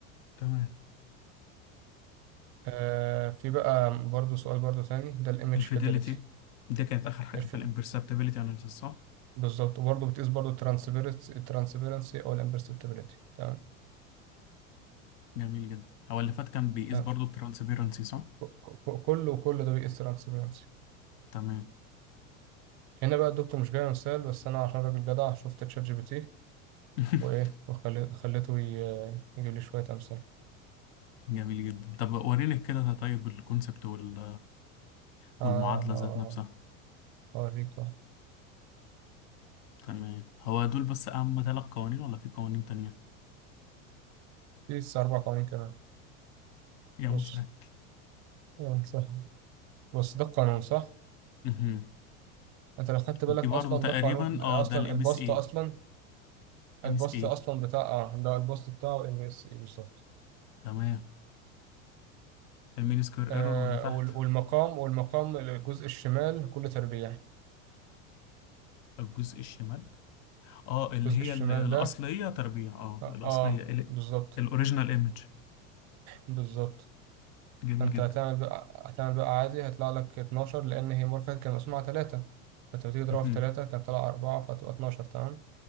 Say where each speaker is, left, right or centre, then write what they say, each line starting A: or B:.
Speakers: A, on the left (about 50°); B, on the right (about 45°).
A: تمام
B: آه في بقى برضو سؤال برضو تاني ده الايمج
A: الفيديليتي
B: فيدلتي
A: دي كانت آخر حاجة
B: الفيد
A: في الامبرسبتابيلتي أناليسيس صح؟
B: بالظبط وبرضه بتقيس برضه الترانسبيرنسي الترانسبيرنسي او الامبرسبتابيلتي تمام
A: جميل جدا هو اللي فات كان بيقيس
B: تمام
A: برضو الترانسبيرنسي صح؟
B: ك- ك- كله كله ده بيقيس ترانسبيرنسي
A: تمام
B: هنا بقى الدكتور مش جاي مثال بس انا عشان راجل جدع شفت تشات جي بي تي
A: <laughs>
B: وايه وخلي- خليته ي- يجيب لي شويه امثله
A: جميل جدا طب وريني كده ده، طيب الكونسبت وال
B: ه-
A: والمعادلة
B: ه-
A: ذات نفسها
B: هوريك واحد.
A: تمام هو دول بس أهم ثلاث قوانين ولا في قوانين تانية؟
B: في لسه اربع قوانين كمان
A: يا
B: بص
A: مسهل
B: قانون صح بص ده القانون صح
A: مهم.
B: انت لو خدت بالك
A: دي برضو
B: اصلا
A: تقريبا
B: ده قانون ده
A: اه
B: اصلا
A: ده الام
B: البسط
A: اس اي
B: اصلا
A: ام
B: البسط
A: اس ايه
B: اصلا بتاع اه ده البسط بتاعه ام اس اي بالظبط
A: تمام المين سكوير
B: آه
A: ايرور ولا تحت
B: وال- والمقام والمقام الجزء الشمال كله تربيع
A: الجزء الشمال اه اللي
B: الجزء
A: هي
B: الشمال
A: ال- الاصليه
B: ده
A: تربيع اه
B: اه
A: الاصليه
B: آه،
A: ال-
B: بالظبط
A: الاوريجينال ايمج
B: بالظبط
A: جميل
B: فانت
A: جدا
B: هتعمل بقى هتعمل بقى عادي هيطلع لك 12 لان هي مورفيت كان مسموعة 3 فانت بتيجي تضربها
A: مهم.
B: في 3 كان طلع 4 فتبقى 12 تمام